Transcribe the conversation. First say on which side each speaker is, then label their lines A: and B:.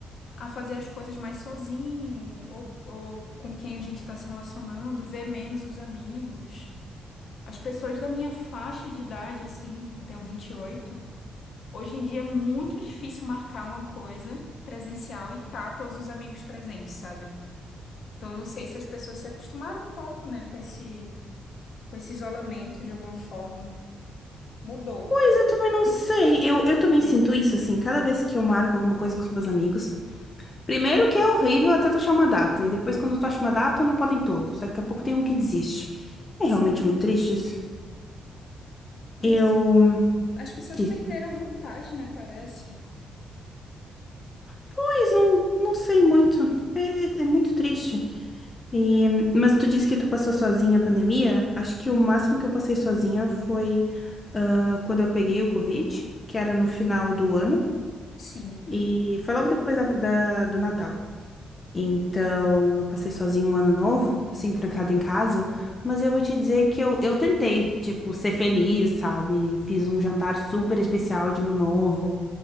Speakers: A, on the left; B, on the left.
A: a fazer as coisas mais sozinho, ou, ou com quem a gente está se relacionando, ver menos os amigos. As pessoas da minha faixa de idade, assim, eu tenho 28, hoje em dia é muito difícil marcar uma coisa presencial e tá todos os amigos presentes, sabe? Então, eu não sei se as pessoas se acostumaram um pouco, né, com esse, com esse isolamento de alguma forma. Mudou.
B: pois eu também não sei, eu, eu também sinto isso, assim, cada vez que eu marco alguma coisa com os meus amigos. Primeiro que é horrível até tu achar uma data, e depois quando tu acha uma data, não podem todos. Daqui a pouco tem um que desiste. É
A: Sim.
B: realmente muito triste isso.
A: E as,
B: Eu
A: as pessoas
B: disse,
A: perderam a vontade, né, parece.
B: pois não, não sei muito. É, é- é muito triste. E, mas tu disse que tu passou sozinha a pandemia. Acho que o máximo que eu passei sozinha foi ah, quando eu peguei o Covid, que era no final do ano,
A: Sim.
B: e foi logo depois da, da- do Natal. Então, eu passei sozinho um ano novo, assim, trancada em casa. Mas eu vou te dizer que eu, eu tentei, tipo, ser feliz, sabe? Fiz um jantar super especial de ano novo,